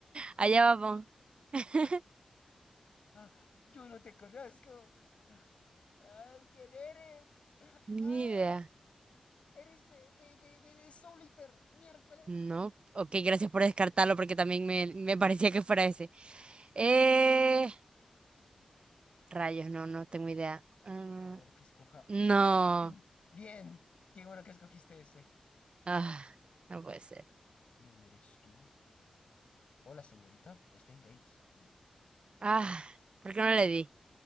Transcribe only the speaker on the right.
Allá vamos. <laughs>
Ni idea.
No. Ok, gracias por descartarlo porque también me, me parecía que fuera ese. Eh, rayos, no, no tengo idea. Mm,
no.
Ah, no puede ser.
Ah, ¿por qué no le di?